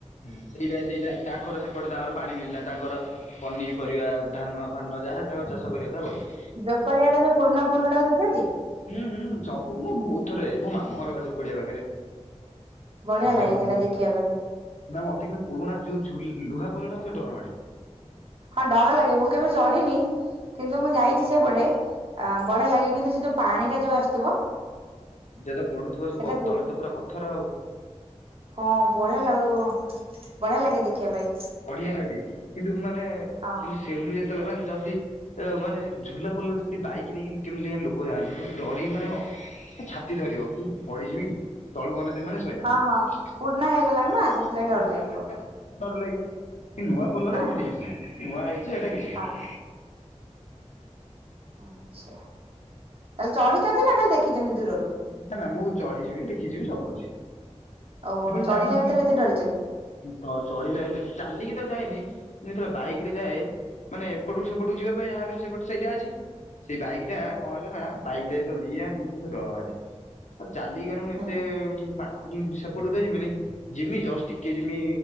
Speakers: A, on the left; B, on the right.
A: ହୁଁ ସେଇଟା ସେଇଟା ତାଙ୍କର ସେପଟେ ତାଙ୍କର ପାଣି ମିଳିଲା ତାଙ୍କର ପନିପରିବା ଧାନ ଫାନ ଯାହା ତାଙ୍କର ଚାଷ କରିବା କଥା କଲେ।
B: ଜୋକଡିଆର ଯଉ ପୁରୁଣା ପୋଲଟାକୁ ଦେଖିଚନ୍ତି?
A: ହୁଁ ହୁଁ ସବୁ ମୁଁ ବହୁତ ଥରେ ଯାଇଛି ମୋ ମାମୁଁ ଘର ଜୋକ ଡିଆ ପାଖରେ।
B: ବଢିଆ
A: ନିଜ
B: ଲାଗେ
A: ଆମ
B: ସେଇଟା ଦେଖିବା ପାଇଁ
A: ନା ମତେ କିନ୍ତୁ ପୁରୁଣା ଯୋଉ ଝୁଲ ଲୁହା ପୋଲଟା ମୋତେ ଡରମାଡେ।
B: ହଁ ଡର ଲାଗେ ମୁଁ କେବେ ଚଢିନି କିନ୍ତୁ ମୁଁ ଯାଇଛି ସେଇପଟେ ଅ ବଢିଆ ଲାଗେ କିନ୍ତୁ ସେ ଯୋଉ ପାଣିଟା ଯୋଉ ଆସ
A: ଯେବେ ପଡୁଥିବ ସେ
B: ସେଇଟା
A: ତଳେ ତ ପୁରା ପଥର ଆଉ।
B: ହଁ ବଢିଆ ଲାଗିବ ବଢିଆ ଲାଗେ ଦେଖିବା ପାଇଁ।
A: ବଢିଆ ଲାଗେ କିନ୍ତୁ ମାନେ
B: ହଁ
A: ସେଇଠୁ ଯେତେବେଳେ ମାନେ ଯଦି ଅ ମାନେ ଝୁଲା ପୋଲରେ ଯଦି ବାଇକ ନେଇକି କେମିତି କେୟାଣି ଲୋକ ଯାଆନ୍ତି। ମୁଁ କହିଲି ଡରିକି ମାନ ଛାତି ଧରିବ କି ପଡିଯିବି କି? ତଳୁକୁ ଅନେଇ ଦେମି ମାନେ ଶଇଲା।
B: ହଁ ହଁ
A: <unintelligible>
B: ପୁରୁଣା ହେଇଗଲାଣି ନା ସେଥିଲାଗି ଡର ଲାଗିବ
A: କାଳେ ଡରଲାଗିବ। ଏଇ ନୂଆ ପୋଲରେ
B: ହଁ
A: ଏମିତି କିଛି ନାହିଁ ନୂଆ ହେଇଛି ହେଟା କିଛି ନାହିଁ।
B: ହଁ ଆଚ୍ଛା ତାହେଲେ ଚଢିଛନ୍ତି ନା ଖାଲି ଦେଖିଚନ୍ତି ଦୂରରୁ।
A: ନା ନା ମୁଁ ଚଢିଯିବି ଦେଖିଯିବି ସବୁ ଅଛି।
B: ଓହୋ
A: ସେପଟେ
B: ଚଢିଲା
A: ଯାଇଛି
B: ଭିତରେ ଏତେ ଡରିଚନ୍ତି।
A: ତ ଚଢିଲା ଭିତ ଚାଲିକି ତ ଯାଇନି। ଯେତେବେଳେ ବାଇକ ରେ ଯାଏ ମାନେ ଏପଟକୁ ସେପଟକୁ ଯିବା ପାଇଁ ଯାହା ସେପଟ ସେଇଟା ଅଛି। ସେଇ ବାଇକି ଏଇଟା କଣ ହେଲାନା ବାଇକ୍ ଟା ଯେତେବେଳେ ନେଇଯାନ୍ତି ମତେ ଡରମାଡେ। ଆ ଚାଲିଗଲେ ମୁଁ ଏତେ
B: ହୁଁ
A: ପା ହୁଁ ସେପଟକୁତ ଜିମିନେଇଁ ଯିମି ଜଷ୍ଟ ଟିକେ ଜିମି